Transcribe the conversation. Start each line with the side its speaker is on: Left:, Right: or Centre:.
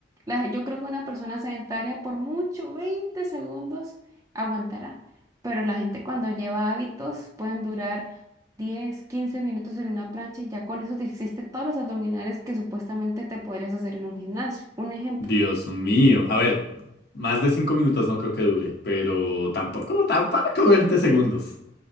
Right: La- yo creo que una persona sedentaria por mucho, 20 segundos aguantará. Pero la gente cuando lleva hábitos pueden durar 10, 15 minutos en una plancha y ya con eso te hiciste todos los abdominales que supuestamente te podrías hacer en un gimnasio. Un ejemplo.
Left: Dios mío. A ver, más de cinco minutos no creo que dure, pero tampoco, tampoco 20 segundos.